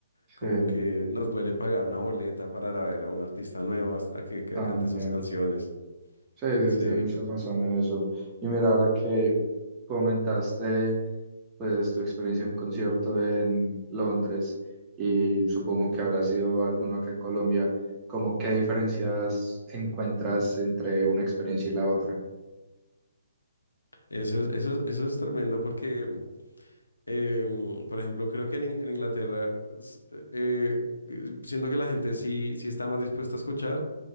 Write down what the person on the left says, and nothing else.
Como
que nos duele pagar una boleta para ir a ver a un artista nuevo hasta- a que, que
cante sus canciones.
Sí,
eso es, eso es- eso es tremendo porque Em, por ejemplo, creo que en, In- en Inglaterra, s- eh, eh, siento que la gente sí, sí está más dispuesta a escuchar,